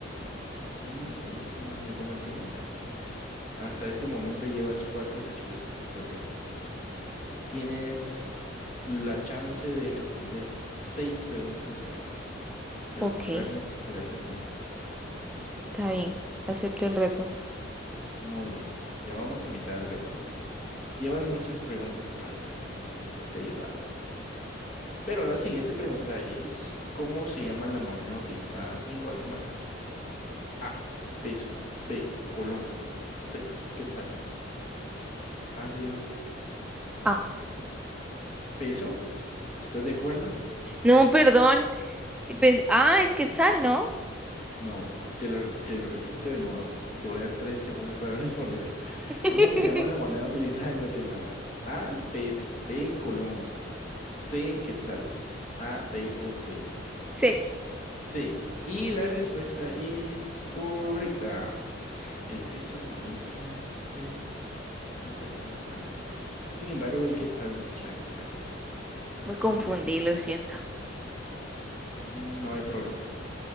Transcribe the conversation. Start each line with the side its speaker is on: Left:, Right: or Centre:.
Left: Mm, esa es una muy buena pregunta. Hasta este momento llevas cuatro respuestas incorrectas. Tienes la chance de responder seis preguntas incorrectas. De
Centre: Ok,
Left: lo contrario, serás eliminada.
Centre: está bien, acepto el reto.
Left: Muy bien, ya vamos a mitad del reto. Llevan muchas preguntas correctas, entonces eso te ha ayudado. Pero la siguiente pregunta es, ¿cómo se llama la moneda utilizada en Guatemala? A, peso, B, colón, C, quetzal, A, B o C.
Centre: Ah,
Left: ¿Peso? ¿Estás de acuerdo?
Centre: no, perdón. pues- ah, es Quetzal, ¿no?
Left: No, te lo, te lo repito de nuevo y te voy a dar tres segundos para <laughs> responder.
Centre: <laughs>
Left: ¿Cómo se llama la moneda utilizada en Guatemala? A, peso, B, colón, C, quetzal, A, B o C.
Centre: Sí,
Left: C. Y la respuesta es correcta. El peso no es la que se encuentra en Guatemala. Sin embargo, el quetzal es la correcta.
Centre: me confundí,
Left: Mm,
Centre: lo siento.
Left: mm, No hay problema.